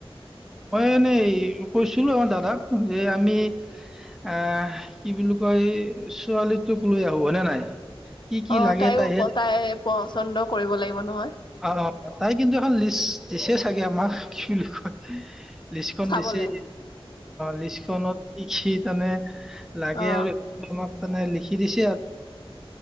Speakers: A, in the centre; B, on the left.
A: মই এনেই, কৈছিলো আও দাদাক যে আমি আহ, কি বুলি কয় ছোৱালীটোক লৈ আহো হয়নে নাই? কি কি
B: অঁ
A: লাগে
B: তাইও
A: তাইহে
B: প তাই এ পচন্দ কৰিব লাগিব নহয়।
A: অ অ তাই কিন্তু এখন লিষ্ট দিছে চাগে আমাক, কি বুলি কয়? লিষ্টখন
B: চাবলে
A: দিলেই, লিষ্টখনত কি <inaudible> <inaudible> লাগে
B: অ
A: আৰু <inaudible> মানে লিখি দিছি